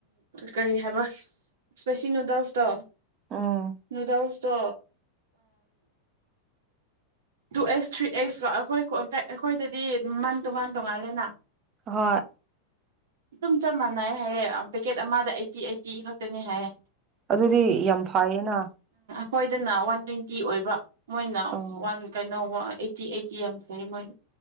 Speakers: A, on the right (about 70°); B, on the right (about 35°).
A: ꯀꯔꯤ ꯍꯥꯏꯕ ꯏꯁꯄꯦꯁꯤ ꯅꯨꯗꯜꯁꯇꯣ
B: ꯎꯝ
A: ꯅꯨꯗꯜꯁꯇꯣ ꯇꯨ ꯑꯦꯛꯁ ꯊ꯭ꯔꯤ ꯑꯦꯛꯁ ꯀꯣ ꯑꯩꯈꯣꯏ ꯑꯩꯈꯣꯏꯗꯗꯤ ꯃꯟ ꯇꯣꯉꯥꯟ ꯇꯣꯉꯥꯜꯂꯦꯅ
B: ꯍꯣꯏ
A: ꯑꯗꯨꯝ ꯆꯞ ꯃꯥꯟꯅꯩ ꯍꯥꯏꯌꯦ ꯄꯦꯀꯦꯠ ꯑꯃꯗ ꯑꯩꯠꯇꯤ ꯑꯩꯠꯇꯤ ꯈꯛꯇꯅꯤ ꯍꯥꯏꯌꯦ
B: ꯑꯗꯨꯗꯤ ꯌꯥꯝ ꯐꯩꯌꯦꯅ
A: ꯁꯣꯏꯗꯅ ꯂꯥꯛꯑꯣ ꯋꯥꯟ ꯇ꯭ꯋꯦꯟꯇꯤ ꯑꯣꯏꯕ ꯃꯣꯏꯅ
B: ꯑꯣ
A: ꯋꯥꯟ ꯀꯩꯅꯣ ꯋꯥ ꯑꯩꯇꯤ ꯑꯩꯇꯤ ꯑ ꯀꯩꯗꯣꯉꯩ